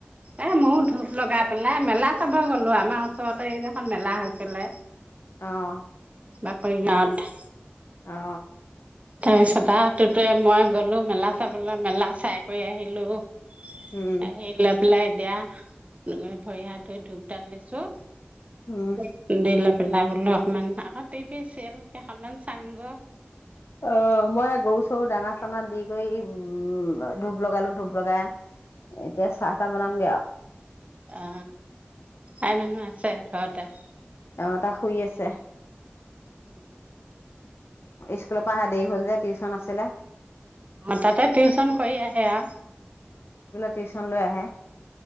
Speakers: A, on the right (about 35°); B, on the left (about 85°).
A: এ ময়ো ধূপ লগাই পেলাই।। মেলা চাব গলো আমাৰ ওচৰতে ইয়াত এখন মেলা হৈছিলে।
B: অহ।
A: বাকৰি গাঁৱত।।
B: অ।
A: তাৰপিছত আৰু টুটুয়ে ময়ে।। গ'লো মেলা চাবলৈ মেলা চাই কৰি আহিলো।। আহি
B: উম
A: লয়পেলে দিয়া ভৰি হাত ধুই ধূপডাল দিছোঁ।
B: উম
A: হো দিলক উলাই গলো অকমান আকৌ টিভি চিৰিয়েল কেইখনমান চাওগৈ।
B: অ মই গৰু চঊ দানা থানাত দি কৰি উম ধূপ লগালো ধূপ লগাই এতিয়া চাহ- তাহ বনামগে আৰু
A: অ আইমানু আছে ঘৰতে?
B: অ তাই শুই আছে। স্কুলৰ পৰা অহা দেৰি হ'ল যে টিউচন আছিলে
A: হু তাতে টিউচন কৰি আহ আহেয়া
B: টিউশন লৈ আহে